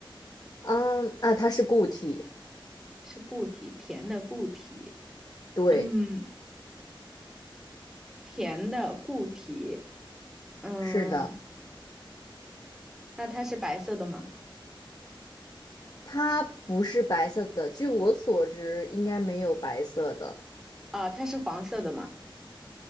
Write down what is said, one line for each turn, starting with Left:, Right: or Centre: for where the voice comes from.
Left: 嗯，啊、它是固体，
Centre: 是固体，甜的固体。
Left: 对，
Centre: 嗯，甜的固体。嗯，
Left: 是的，
Centre: 那它是白色的吗？
Left: 它不是白色的，据我所知，应该没有白色的，
Centre: 啊、它是黄色的吗？